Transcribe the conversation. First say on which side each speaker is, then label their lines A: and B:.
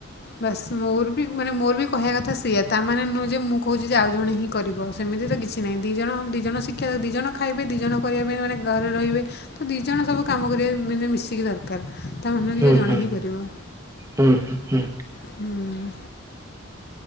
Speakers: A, on the left; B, on the right.
A: ବାସ୍ ମୋର ବି ମାନେ ମୋର ବି କହିବା କଥା ସେଇଆ ତାମାନେ ନୁହେଁ ଯେ ମୁଁ କହୁଚି ଯେ ଆଉ ଜଣେ ହିଁ କରିବ। ସେମିତି ତ କିଛି ନାହିଁ ଦିଇ ଜଣ ଦିଇ ଜଣ ଶିକ୍ଷା ଦିଇ ଜଣ ଖାଇବେ ଦିଇ ଜଣ କରିବା ପାଇଁ ମାନେ ଘରେ ରହିବେ। ତ ଦୁଇ ଜଣ ସବୁ କାମ କରିବା ମାନେ ମିଶିକି ଦରକାର ତାମାନେ ନାହିଁ
B: ହୁଁ
A: କି ଯେ ଜଣେ
B: ହୁଁ।
A: ହିଁ କରିବ।
B: ହୁଁ ହୁଁ ହୁଁ।
A: ହୁଁ।